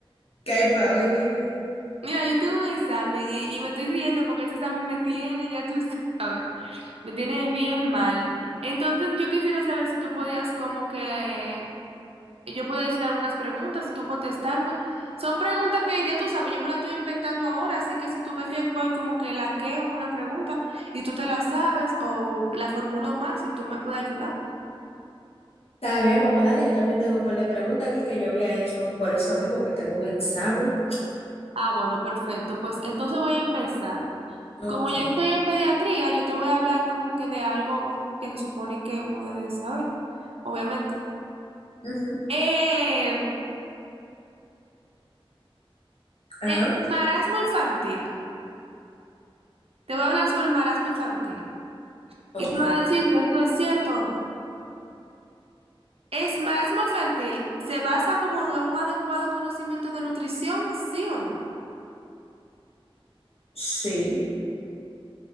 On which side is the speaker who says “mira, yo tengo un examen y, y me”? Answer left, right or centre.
Right